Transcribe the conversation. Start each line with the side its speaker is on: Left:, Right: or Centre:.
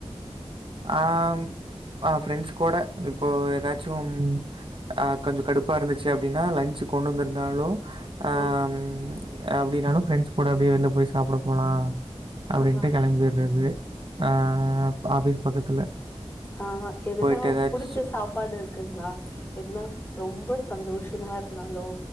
Right: ஆம் ஆ ஃப்ரெண்ட்ஸ் கூட இப்போ ஏதாச்சும் அ கொஞ்சம் கடுப்பா இருந்துச்சு அப்டின்னா லஞ்சு கொண்டு வந்திருந்தாலு ஆம்
Left: ஆ
Right: அப்டின்னாலு ஃரெண்ட்ஸ் கூட அப்டியே வெளில போய் சாப்பட போலா அப்டின்ட்டு
Left: ஆ
Right: கெளம்பிறது ஆ ஆபீஸ் பக்கத்துல
Left: ஆஹா எதுனா
Right: போயிட்டு ஏதாச்சு
Left: புடிச்ச சாப்பாடு இருக்குங்களா என்னா ரொம்ப சந்தோஷமா இருந்தாலோ